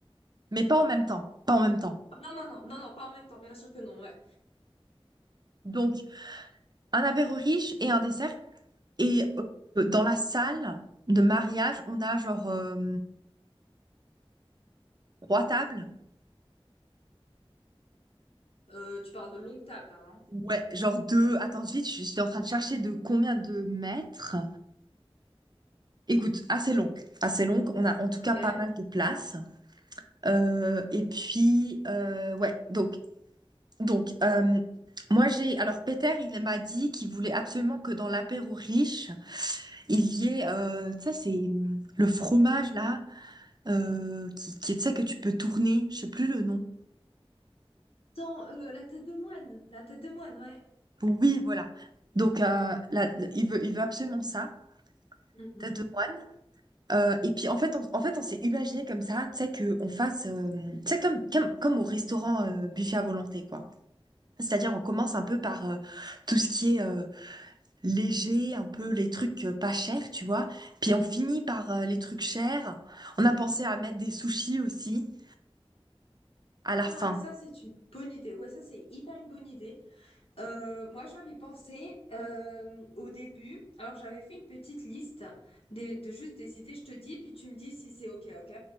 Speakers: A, on the right; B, on the left.
A: Mais pas en même temps. Pas en même temps.
B: Non, non, non, non, non, pas en même temps, bien sûr que non, ouais.
A: Donc, un apéro riche et un dessert. Et euh, dans la salle de mariage, on a genre euh, trois tables.
B: Euh, tu parles de longue table, là, hein.
A: Ouais, genre deux. Attends, vite, je suis en train de chercher de combien de mètres. Écoute, assez longue, assez longue. On a en tout
B: Ok.
A: cas pas mal de place. Euh, et puis, euh, ouais, donc, donc euh, moi j'ai. Alors, Peter, il m'a dit qu'il voulait absolument que dans l'apéro riche, il y ait, euh, tu sais, c'est hum, le fromage là, euh, qui, qui, tu sais, que tu peux tourner. Je sais plus le nom.
B: Attends, euh, la tête de moine. La tête de moine, ouais.
A: Oui, voilà. Donc, euh, là, il veut, il veut absolument ça,
B: Mhm.
A: tête de moine. Euh, et puis, en fait, on, en fait, on s'est imaginé comme ça, tu sais, qu'on fasse, euh, tu sais, comme, comme, comme au restaurant euh, buffet à volonté, quoi. C'est-à-dire, on commence un peu par euh, tout ce qui est euh, léger, un peu les trucs euh, pas chers, tu vois. Puis, on finit par euh, les trucs chers. On a pensé à mettre des sushis aussi à la
B: Ah,
A: fin.
B: ça, c'est une bonne idée. Ouais, ça, c'est hyper une bonne idée. Euh, moi, j'avais pensé euh, au début, alors j'avais fait une petite liste de, de juste des idées, je te dis, puis tu me dis si c'est OK, OK.